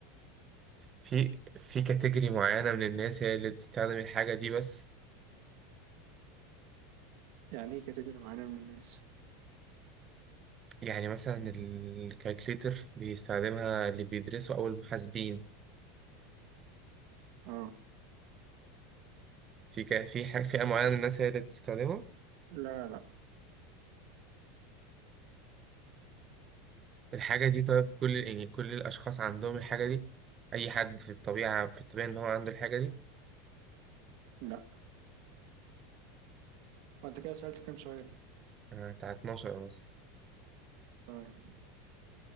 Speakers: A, on the right; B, on the right.
A: في في كاتيجوري معينة من الناس هي اللي بتستخدم الحاجة دي بس
B: يعني ايه كاتيجوري معينة من الناس
A: يعني مثلا الكالكليتر بيستخدمها اللي بيدرسوا أو المحاسبين
B: اه
A: في ك... في حاجة فئة معينة من الناس هي اللي بتستخدمها
B: لا لا
A: الحاجة دي طيب كل يعني كل الأشخاص عندهم الحاجة دي أي حد في الطبيعة في الطبيعة إن هو عنده الحاجة دي
B: لا وانت كده سألت كام سؤال
A: آه، بتاع 12 مثلا
B: طيب